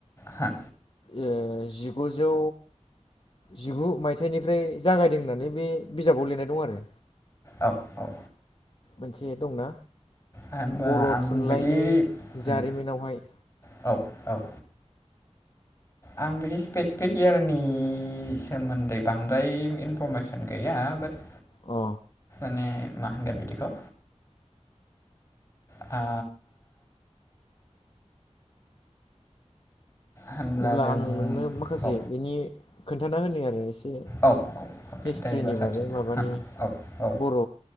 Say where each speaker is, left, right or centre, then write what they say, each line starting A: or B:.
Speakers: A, on the left (about 20°); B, on the left (about 45°).
A: हा
B: ओ जिगुजौ जिगु मायथाइनिफ्राय जागायदों होननानै बे बिजाबाव लिरनाय दं आरो
A: औ औ
B: मोनसे दंना
A: होमबा
B: बर'
A: आं
B: थुनलाइनि
A: बिदि उम
B: जारिमिनावहाय
A: औ औ आं बिदि स्पेसिफिकयारनि सोमोन्दै बांद्राय इनफरमेसन गैया। आबाद
B: अ
A: माने मा होनगोन बिदिखौ। आ होनब्ला
B: अब्ला
A: जों
B: आं नोंनो माखासे
A: औ
B: बेनि खोन्थाना होनो आरो एसे एसे
A: औ
B: हिस्ट्रिनि
A: खिन्थायोबा साबसिन
B: बारै माबानि
A: औ औ
B: बर'